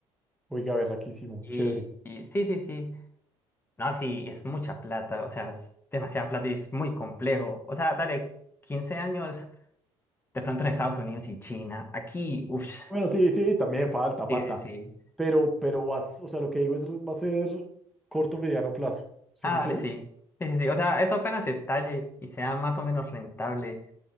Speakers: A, in the centre; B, on the left.
A: oiga, berraquísimo,
B: Y,
A: chévere.
B: y sí, sí, sí. No, sí, es mucha plata. O sea, es demasiada plata y es muy complejo. O sea, dale 15 años de pronto en Estados Unidos y China. Aquí, uff.
A: Bueno, sí, sí, también falta, falta,
B: Sí, sí, sí.
A: pero, pero vas, o sea, lo que digo es, va a ser corto, mediano plazo, ¿sí
B: Ah,
A: me entiendes?
B: dale, sí. Sí, sí, sí. O sea, eso apenas estalle y sea más o menos rentable.